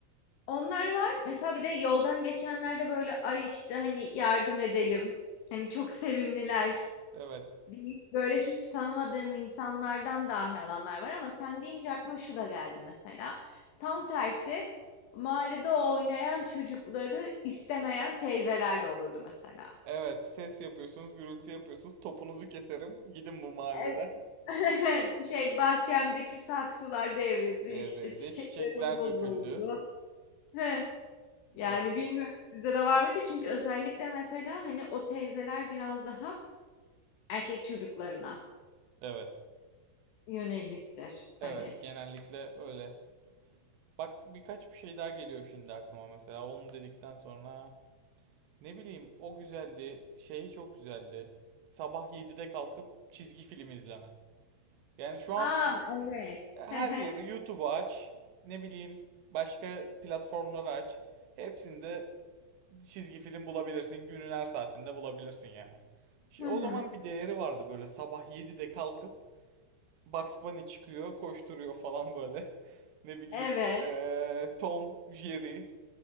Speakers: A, on the left; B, on the right.
A: Onlar var. Mesela bir de yoldan geçenlerde böyle ay işte hani yardım edelim. Hani çok sevimliler.
B: Evet.
A: deyip Böyle hiç tanımadığın insanlardan dahi alanlar var ama sen deyince aklıma şu da geldi mesela. Tam tersi mahallede oynayan çocukları istemeyen teyzeler de olurdu mesela.
B: Evet, ses yapıyorsunuz, gürültü yapıyorsunuz. Topunuzu keserim. Gidin bu mahalleden.
A: Evet. <laughs> Şey bahçemdeki saksılar devrildi
B: Devrildi,
A: işte çiçeklerim
B: çiçekler
A: bozuldu.
B: döküldü.
A: <laughs> Yani
B: Evet.
A: bilmiyorum sizde de var mıydı? Çünkü özellikle mesela hani o teyzeler biraz daha erkek çocuklarına
B: Evet.
A: yöneliktir
B: Evet,
A: hani.
B: genellikle öyle. Bak birkaç bir şey daha geliyor şimdi aklıma mesela onu dedikten sonra ne bileyim o güzeldi şey çok güzeldi sabah 7'de kalkıp çizgi film izleme yani şu an
A: Aa evet.
B: her
A: Hı hı.
B: yeri YouTube'u aç ne bileyim başka platformları aç hepsinde çizgi film bulabilirsin günün her saatinde bulabilirsin yani şey,
A: Hı hı.
B: o zaman bir değeri vardı böyle sabah 7'de kalkıp Bugs Bunny çıkıyor koşturuyor falan böyle <laughs> ne bileyim
A: Evet.
B: eee, Tom Jerry